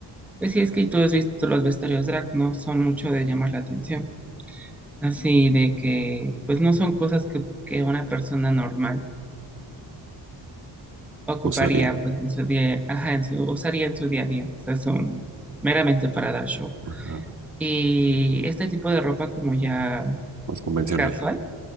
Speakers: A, in the centre; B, on the right.
A: es que es que tú has visto los vestuarios drag, ¿no? Son mucho de llamar la atención. Así de que, pues no son cosas que, que una persona normal. ocuparía
B: Usaría,
A: pues en su día, ajá, en su, usaría en su día a día. O sea, son meramente para dar show.
B: ajá,
A: Y este tipo de ropa como ya
B: más convencional.
A: casual,